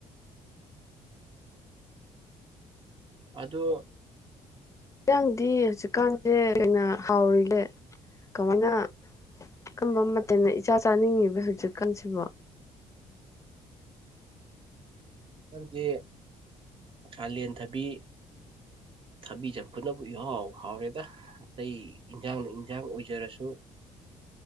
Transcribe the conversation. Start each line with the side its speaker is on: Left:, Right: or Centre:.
Right: ꯑꯗꯣ
Left: ꯏꯟꯖꯤꯡꯗꯤ ꯍꯧꯖꯤꯛꯀꯥꯟꯁꯦ ꯀꯩꯅ ꯍꯥꯎꯔꯤꯒꯦ ꯀꯃꯥꯏꯅ ꯀꯔꯝꯕ ꯃꯇꯝꯗ ꯏꯆꯥ ꯆꯥꯅꯤꯡꯉꯤꯕ ꯍꯧꯖꯤꯛꯀꯥꯟꯁꯤꯃ
Right: ꯅꯪꯗꯤ ꯀꯥꯂꯦꯟ ꯊꯕꯤ ꯊꯕꯤ ꯆꯝꯐꯨꯠꯅꯕꯨ ꯏꯍꯥꯎ ꯍꯥꯎꯔꯦꯗ ꯑꯇꯩ ꯏꯟꯖꯥꯡꯅ ꯏꯟꯖꯥꯡ ꯑꯣꯏꯖꯔꯁꯨ